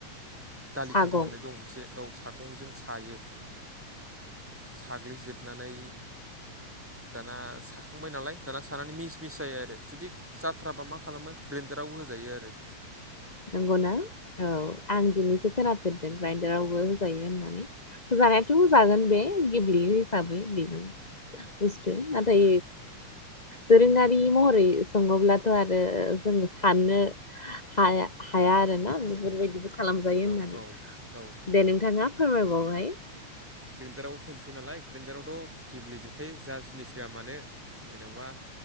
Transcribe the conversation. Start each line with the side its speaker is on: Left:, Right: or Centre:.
Centre: दालि
Left: सागं
Centre: खाथा होननाय दं मोनसे औ साग गंजों सायो साग्लिजोबनानै दाना साखांबाय नालाय दाना सानानै मिस मिस जायो आरो जुदि जाथ्राबा मा खालामो ग्रेडारावबो होजायो आरो।
Left: नंगौना औ आं दिनैसो खोनाफेरदों ग्राइडारावबो होजायो होननानै जानायाथ' जागोन बे गेब्लेयो हिसाबै बेबो बुस्थु
Centre: उम
Left: नाथाय
Centre: उम
Left: दोरोङारि महरै सङोब्लाथ' आरो जों साननो हाया हाया आरोना बेफोरबायदिखो खालामजायो
Centre: औ
Left: होननानै
Centre: औ औ
Left: दे नोंथाङा फोरमायबावहाय
Centre: ग्रेडाराव होनसै नालाय ग्रेन्डारावथ' गेब्लेेजोबखायो जा जिनिस होआ मानो जेनेबा